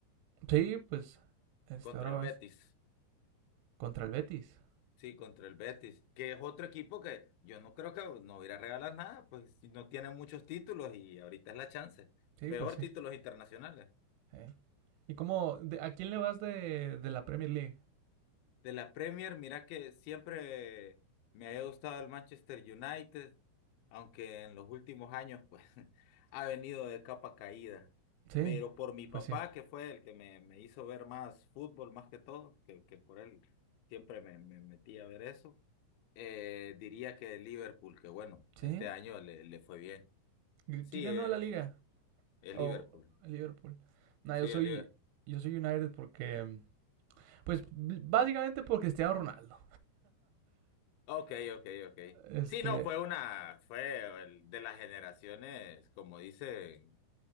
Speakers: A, on the right; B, on the left.
A: sí, pues este
B: Contra
A: ahora
B: el
A: vas
B: Betis.
A: contra el Betis.
B: Sí, contra el Betis, que es otro equipo que yo no creo que no irá a regalar nada, pues si no tiene muchos títulos y ahorita es la chance.
A: Sí,
B: Peor
A: pues sí.
B: títulos internacionales.
A: Eh. ¿Y cómo de- a quién le vas de, de la Premier League?
B: De la Premier, mira que siempre me había gustado el Manchester United, aunque en los últimos años pues <laughs> ha venido de capa caída.
A: Sí,
B: Pero por mi papá,
A: pues sí.
B: que fue el que me, me hizo ver más fútbol más que todo, que, que por él siempre me, me metí a ver eso Eh, diría que el Liverpool, que bueno,
A: ¿Sí?
B: este año le, le fue bien.
A: ¿Y
B: Sí,
A: ¿Quién
B: eh,
A: ganó la liga?
B: el
A: O
B: Liverpool.
A: el Liverpool. No,
B: Sí,
A: yo soy
B: el Liverpool.
A: yo soy United porque Pues básicamente por Cristiano Ronaldo.
B: Ok, ok, ok.
A: Este,
B: Sí, no, fue una, fue el- de las generaciones, como dicen,